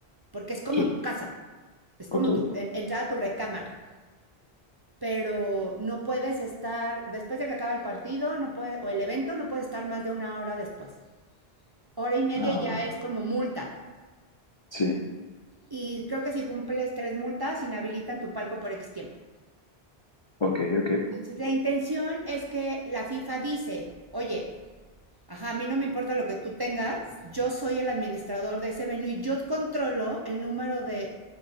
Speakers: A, on the right (about 30°); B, on the left (about 40°).
A: porque es como
B: Sí,
A: tu casa, es
B: ok.
A: como tu en- entrar a tu recámara, pero no puedes estar, después de que acaba el partido, no puede, o el evento, no puedes estar más de una hora después. Hora y media
B: Ah,
A: ya
B: bueno,
A: es como multa.
B: sí,
A: Y creo que si cumples tres multas, inhabilitan tu palco por X tiempo.
B: ok, ok,
A: Entonces, la intención es que la FIFA dice, oye, ajá, a mí no me importa lo que tú tengas, yo soy el administrador de ese venue y yo controlo el número de